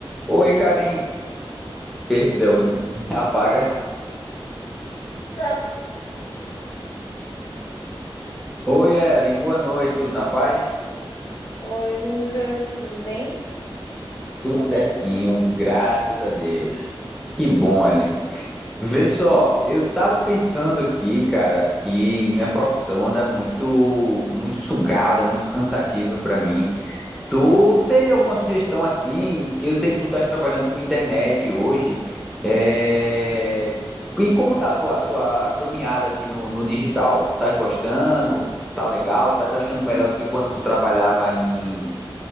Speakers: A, in the centre; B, on the left (about 45°).
A: Oi, Karen. Perdão, <laughs> apaga.
B: Tá.
A: Oi, Ellen. Boa noite. Tudo na paz?
B: Oi, Lucas, tudo bem?
A: Tudo
B: Tô bem
A: certinho,
B: também.
A: graças a Deus. Que bom, Ellen. Vê só, eu tava pensando aqui, cara, que minha profissão anda muito, muito sugada, muito cansativa pra mim. Tu teria alguma sugestão assim? Que eu sei que tu estás trabalhando com internet hoje. É... E como tá a tua, tua caminhada assim no, no digital? Estás gostando? Tá legal? Estás achando melhor do que quando tu trabalhava em